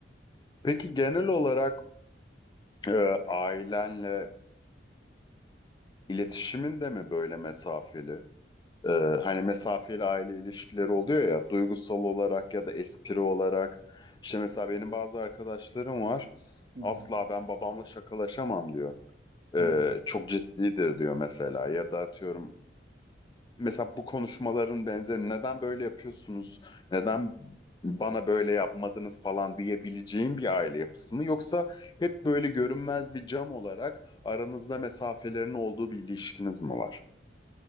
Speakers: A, on the left; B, on the right.
A: Peki genel olarak e, ailenle iletişimin de mi böyle mesafeli? E, hani mesafeli aile ilişkileri oluyor ya duygusal olarak ya da espri olarak. İşte mesela benim bazı arkadaşlarım var.
B: Hı
A: Asla
B: hı.
A: ben babamla şakalaşamam diyor. E,
B: Hı hı.
A: çok ciddidir diyor mesela ya da atıyorum mesela bu konuşmaların benzeri neden böyle yapıyorsunuz? Neden bana böyle yapmadınız falan diyebileceğim bir aile yapısı mı? Yoksa hep böyle görünmez bir cam olarak aranızda mesafelerin olduğu bir ilişkiniz mi var?